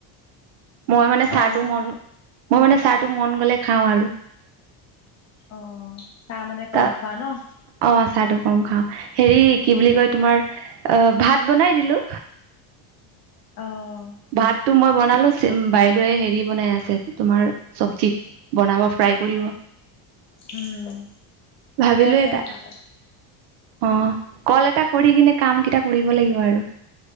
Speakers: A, on the right; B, on the left.
A: মই মানে চাহটো
B: অ
A: মন, মই মানে চাহটো মন গ'লে খাওঁ আৰু।
B: অ, চাহ মানে
A: ত
B: কম খোৱা ন?
A: অ চাহটো কম খাওঁ, হেৰি কি বুলি কয় তোমাৰ, অ ভাত বনাই দিলো।
B: অ'।
A: ভাতটো মই বনালো, চিম বাইদেৱে হেৰি বনাই আছে, তোমাৰ চবজি বনাব। ট্ৰাই কৰিব,
B: অ উম ঠিকে
A: ভাবিলো
B: আছে
A: এটা
B: ভাল
A: অ, কল এটা কৰি কিনে কাম কেইটা কৰিব লাগিব আৰু।